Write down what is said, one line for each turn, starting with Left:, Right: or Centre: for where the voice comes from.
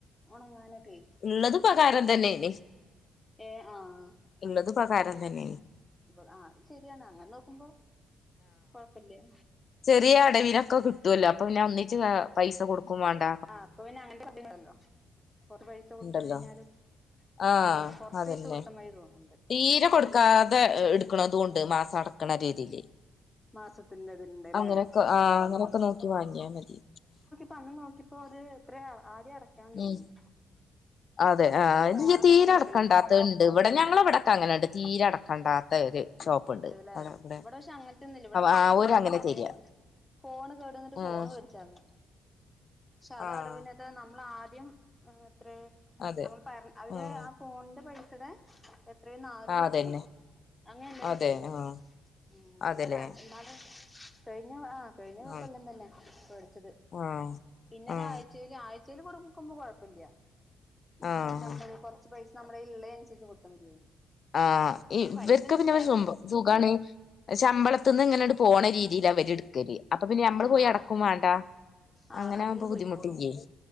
Centre: ഒണങ്ങാനൊക്കെ
Left: ള്ളത് ഉപകാരം തന്നെയാണെ
Centre: ഏഹ് ആഹ്
Left: ള്ളത് ഉപകാരം തന്നേണ്
Centre: ആഹ് അത് ശരിയാണ് അങ്ങനെ നോക്കുമ്പോ കൊഴപ്പല്ല
Left: ചെറിയ അടവിനൊക്കെ കിട്ടുവല്ലോ അപ്പൊ പിന്നെ ഒന്നിച്ച് പൈസ കൊടുക്കും വേണ്ട.
Centre: ആഹ് അപ്പൊ പിന്നെ <unintelligible> <unintelligible> കൊർച്ച് പൈസ കൊട്ത്ത്
Left: ഇണ്ടല്ലോ
Centre: കഴിഞ്ഞാലും
Left: ആഹ്
Centre: അറ <unintelligible> കൊർച്ചൈസ
Left: അതന്നെ
Centre: കൊട്ത്താമതി തോന്ന്ണ്ട്
Left: തീരെ കൊടുക്കാതെ എ എടുക്ക്ണതുണ്ട് മാസടക്ക്ണ രീതിയില്
Centre: മാസത്തിന്റെതില്ണ്ട്ല്ലേ
Left: അങ്ങനൊക്കെ ആഹ് അങ്ങനൊക്കെ നോക്കി വാങ്ങിയാൽ മതി
Centre: പന്ന് നോക്കിപ്പോ അത് എത്ര ആ ആദ്യം അടക്കാന്ന് തോന്നുന്നു.
Left: ഉം അതെ ആഹ്
Centre: ഇപ്പൊ ഫോണൊക്കെ
Left: നി തീരെ
Centre: അങ്ങനെ എടുക്കലുണ്ട്
Left: അടക്കണ്ട ഉ്ണ്ട് ഇവിടെ ഞങ്ങളവിടക്കെ അങ്ങനെണ്ട് തീരടക്കണ്ടാത്ത ഒരു ഷോപ്പുണ്ട്
Centre: ഉണ്ട്ല്ലേ
Left: അവിടെ ഇവിടെ
Centre: ഇവടെ ക്ഷെ അങ്ങൻത്തെ ഒന്നുല്ല ഇവിടെന്നാള്
Left: ആഹ്
Centre: ഫോൺ
Left: ഓര് അങ്ങനെ
Centre: വടേ
Left: തരിക
Centre: ഫോണ് കേടന്ന്ട്ട് ഫോണ്
Left: ആഹ്
Centre: വേട്ച്ചാണ് ക്ഷെ അത
Left: ആഹ്
Centre: അടവിനത് നമ്മൾ ആദ്യം അത്ര
Left: അതെ
Centre: നമ്മൾ പറ അവര്
Left: ആഹ്
Centre: ആ ഫോണ്ന്റെ പൈസടെ എത്രയോ നാലിലൊന്നോ
Left: ആഹ് അതന്നെ
Centre: അങ്ങനെന്നിട്ട്
Left: അതെ
Centre: ഉം
Left: ആഹ്
Centre: ഇവടെ
Left: അതെല്ലേ
Centre: <unintelligible> കഴിഞ്ഞ ആ കഴിഞ്ഞക്കല്ല
Left: ആഹ്
Centre: ന്നന്നെ പഠിച്ചത്
Left: ആഹ്
Centre: പിന്നെതഴ
Left: ആഹ്
Centre: ചല് ആഴ്ചല് കൊടുക്കുമ്പോ കൊഴപ്പല്ല. ഇരുന്നൂറ്റമ്പത്
Left: ആഹ്
Centre: കൊ പൈസ മ്മടെ ഇള്ളയ്ൻ അൻസരിച്ച് കൊടുത്താ മതിയോ?
Left: ആഹ്,
Centre: നമ്മള്
Left: ഈ
Centre: പൈസ
Left: വെര്ക്ക്
Centre: ഉണ്ടെങ്കി
Left: പിന്നെ, <unintelligible>
Centre: വേഗം കൊടു
Left: സുഖാണ് ശമ്പളത്ത ക്ക് ന്ന് ങ്ങനെ ആണ്ട് പോണ രീതിയിലാ വര് ട്ക്കല്. അപ്പൊ, പിന്നെ നമ്മള്
Centre: ആഹ്
Left: പോയി അടക്കും വാണ്ടാ.
Centre: ആഹ്
Left: അങ്ങനെ
Centre: അതൊന്ന്
Left: ആകുമ്പോ
Centre: പോയിക്കോളും
Left: ബുദ്ധിമുട്ടില്ലേ